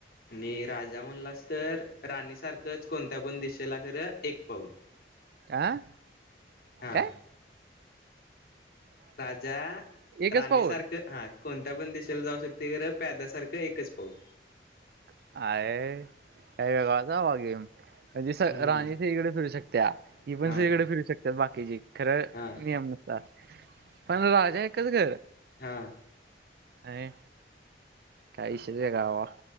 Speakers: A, on the left; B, on the right.
A: आणि राजा म्हणलास तर राणी सारखंच कोणत्या पण दिशेला खरं एक पाऊल
B: आं
A: हा
B: काय
A: राजा,
B: एकच
A: राणी
B: पाऊल?
A: सारखं हा. कोणत्या पण दिशाला जाऊ शकते प्यादासारखं एकच पाऊल
B: <unintelligible> म्हणजे स राणी
A: हम्म
B: सगळीकडे फिरू शकत्या ही पण
A: हा
B: सगळीकडे फिरू शकतात बाकीचे खरं
A: हा
B: नियम नसतात. पण राजा एकच घर
A: हा.
B: नाही काही आहे गावावर.